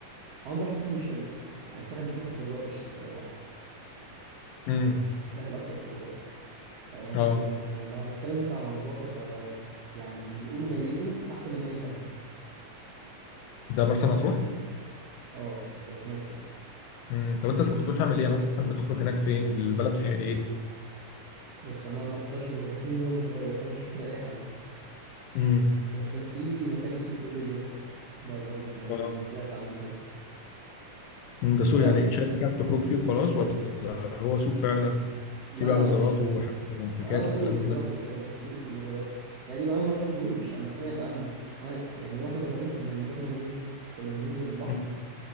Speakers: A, on the right; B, on the left.
A: هو بحر الساحل مش حلو يعني الساحل بتروحوا خروجات مش بحر
B: امم
A: الساحل أكتر خروجات آه،
B: اه
A: لكن آه، لو هنتكلم مثلا على النظافة ف يعني بيقولوا ميته أحسن من مية دهب
B: ده مرسى مطروح
A: اه لا سمعت كده
B: امم طب انت اصلا كنت بتعمل ايه يعني مثلا بتخرج هناك فين البلد فيها ايه؟
A: بص انا ما رحتش غير مرتين <laughs> وانا صغير فانا مش فاكر اي حاجه
B: امم
A: بس كان في مكان اسمه سوق ليبيا ده برضو كان
B: اه
A: سمعت عنه حلو
B: مم، ده سوق
A: وهي
B: يعني شركة بتخرج فيه وخلاص ولا هو سوق فعلا
A: لا
B: في بقى
A: لا
B: بازارات
A: مش
B: وحاجات وانتيكات
A: اه سوق
B: والكلام
A: بالظبط
B: من ده
A: كده ب- سوق في بازارات تقريبا انا ما رحتهوش انا سمعت عنه أنا يعني واحنا صغيرين كنا بنروح نعمل ايه كنا بننزل البحر
B: مم.